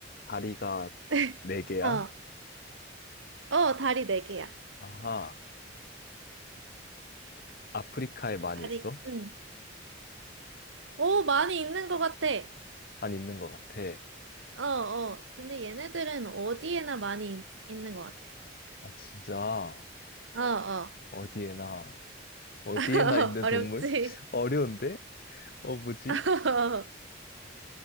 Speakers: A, on the left; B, on the right.
A: 다리가
B: <laughs>
A: 네 개야?
B: 어, 어, 다리 네 개야.
A: 아하, 아프리카에 많이
B: 다리,
A: 있어?
B: 응. 오, 많이 있는 것 같아.
A: 안 있는 것 같아.
B: 어, 어. 근데 얘네들은 어디에나 많이 있, 있는 것 같아.
A: 아, 진짜,
B: 어, 어.
A: 어디에나, 어디에나
B: <laughs>
A: 있는
B: 어렵지?
A: 동물? <laughs> 어려운데? 어, 뭐지?
B: <laughs>